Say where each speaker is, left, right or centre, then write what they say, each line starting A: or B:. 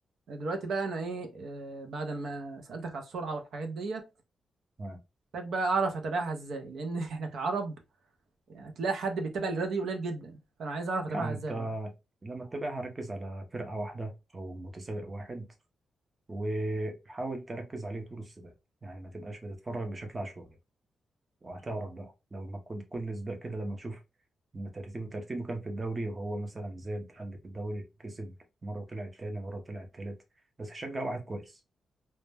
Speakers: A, on the right; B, on the right.
A: دلوقتي بقى انا ايه آه بعد ما سالتك على السرعه والحاجات ديت
B: تمام.
A: محتاج بقى اعرف اتابعها ازاي لان <laughs> احنا كعرب يعني هتلاقي حد بيتابع الرياضه دي قليل جدا فانا عايز اعرف اتابعها
B: يعني
A: ازاي
B: أنت
A: بقى
B: لما تتابعها ركز على فرقة واحدة أو متسابق واحد وحاول تركز عليه طول السباق يعني ما تبقاش بتتفرج بشكل عشوائي وهتعرف بقى لو ما كل كل سباق كده لما تشوف ان ترتيبه ترتيبه كان في الدوري وهو مثلا زاد قل في الدوري كسب مره طلع تاني مره طلع تالت بس هشجع واحد كويس